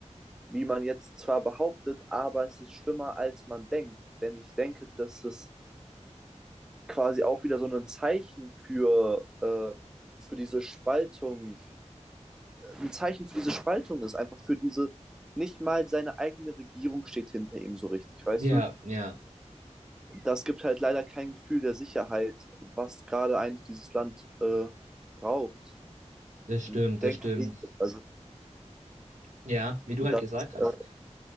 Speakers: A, in the centre; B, on the right.
A: wie man jetzt zwar behauptet, aber es ist schlimmer, als man denkt. Denn ich denke, dass es quasi auch wieder so ein Zeichen für, äh, für diese Spaltung, ein Zeichen für diese Spaltung ist, einfach für diese, nicht mal seine eigene Regierung steht hinter ihm so richtig, weißt
B: Ja,
A: du?
B: ja,
A: Das gibt halt leider kein Gefühl der Sicherheit, was gerade eigentlich dieses Land äh, braucht,
B: das
A: denke
B: stimmt, das stimmt.
A: ich. Also
B: Ja, wie du
A: das,
B: halt gesagt hast.
A: äh,